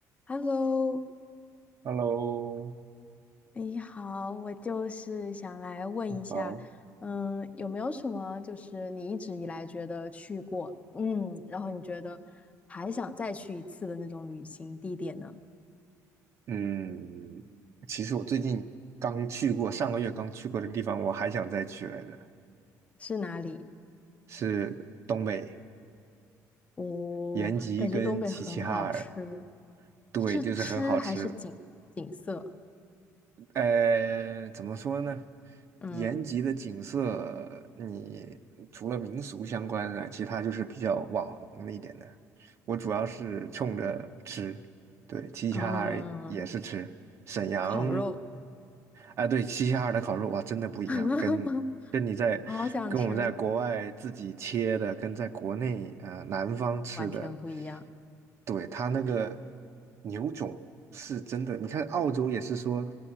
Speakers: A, on the left; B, on the right.
A: Hello，
B: Hello，
A: 哎你好，我就是想来问一下，
B: 好，
A: 嗯，有没有什么就是你一直以来觉得去过，嗯，然后你觉得还想再去一次的那种旅行地点呢？
B: 嗯，其实我最近刚去过，上个月刚去过的地方，我还想再去来着，
A: 是哪里？
B: 是东北
A: 哦，
B: 延吉跟齐齐哈尔，
A: 感觉东北很好吃，
B: 对，
A: 是吃还是景景色？
B: 就是很好吃。呃，怎么说呢？
A: 嗯
B: 延吉的景色，你除了民俗相关的，其他就是比较网红的一点的。我主要是冲着吃，对，齐齐哈尔也是吃。
A: 嗯，
B: 沈阳，
A: 烤肉，
B: 哎，对，齐齐哈尔的烤肉哇，真的不一样，
A: <laughs>
B: 跟跟你在跟我们在国外自己切的，
A: 好想吃，
B: 跟在国内啊、呃南方吃的，
A: 完全不一样。
B: 对，它那个牛种是真的，你看澳洲也是说